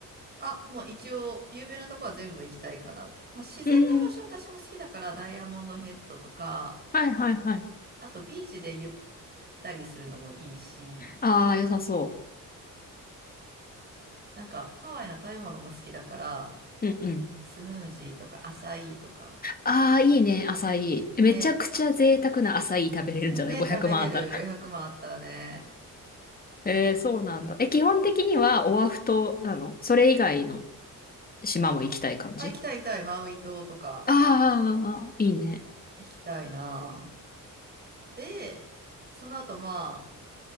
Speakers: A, on the right; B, on the left.
A: あ、もう一応、有名なとこは全部行きたいかな。まあ、自然な場所私も好きだから、
B: うん。
A: ダイヤモンドヘッドとか、
B: はいはいはい。
A: あとビーチでゆったりするのもいいし、
B: ああ、良さそ
A: なんかハワイの食べ物も好きだから、
B: う。うんうん。
A: スムージーとかアサイーとか、
B: ああ、いいね、アサイー。
A: ね、
B: めちゃくちゃ贅沢なアサイー食べれるんじゃない
A: ね、
B: ?500
A: 食べれる500万あったらね、
B: 万あったら。<laughs> えー、そうなんだ。え、基本的にはオアフ島なのそれ以外の島も行きたい感じ
A: あ、行きたい行きたい、マウイ島とか、
B: ああ、いいね。
A: 行きたいな。で、その後ま